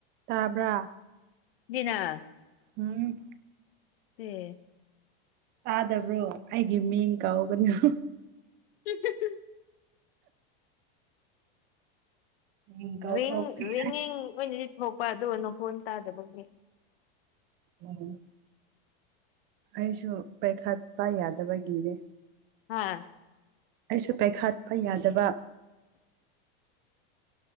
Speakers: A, on the right (about 35°); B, on the left (about 80°).
A: ꯇꯥꯕ꯭ꯔꯥ
B: ꯃꯤꯅ
A: ꯍꯨꯝ
B: ꯑꯦ
A: ꯇꯥꯗꯕ꯭ꯔꯣ ꯑꯩꯒꯤ ꯃꯤꯡ ꯀꯧꯒꯅꯨ
B: <unintelligible>
A: ꯃꯤꯡ ꯀꯥꯎꯊꯣꯛꯈ꯭ꯔꯦ
B: ꯔꯤꯡ ꯔꯤꯡꯒꯤꯡ ꯑꯣꯏꯅꯗꯤ ꯊꯣꯛꯄ ꯑꯗꯨꯒ ꯅꯈꯣꯟ ꯇꯥꯗꯕꯒꯤ
A: <unintelligible> ꯑꯩꯁꯨ ꯄꯥꯏꯈꯠꯄ ꯌꯥꯗꯕꯒꯤꯅꯦ
B: ꯍꯥꯥ
A: ꯑꯩꯁꯨ ꯄꯥꯏꯈꯠꯄ ꯌꯥꯗꯕ